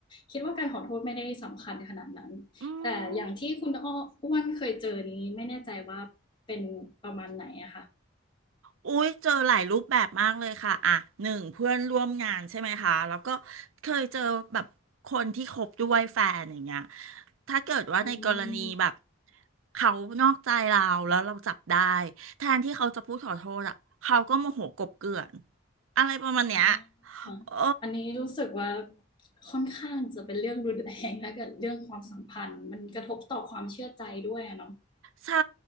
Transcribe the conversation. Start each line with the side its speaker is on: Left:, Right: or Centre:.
Left: คิดว่าการขอโทษไม่ได้สำคัญขนาดนั้น
Right: อื
Left: แต่อย่างที่คุณอ้ออ้วนเคยเจอนี้ไม่แน่ใจว่าเป็นประมาณไหนอะค่ะ
Right: มอุ้ยเจอหลายรูปแบบมากเลยค่ะอ่ะหนึ่งเพื่อนร่วมงานใช่ไหมคะแล้วก็เคยเจอแบบคนที่คบด้วยแฟนอย่างเงี้ยถ้าเกิดว่าในกรณีแบบ
Left: อืม
Right: เขานอกใจเราแล้วเราจับได้แทนที่เขาจะพูดขอโทษอ่ะเขาก็โมโหกลบเกลื่อนอะไรประมาณเนี้ย
Left: อ่า
Right: โอ้
Left: อันนี้รู้สึกว่าค่อนข้างจะเป็นเรื่องรุนแรงแล้วกับเรื่องความสัมพันธ์มันกระทบต่อความเชื่อใจด้วยอะเนาะ
Right: ใช่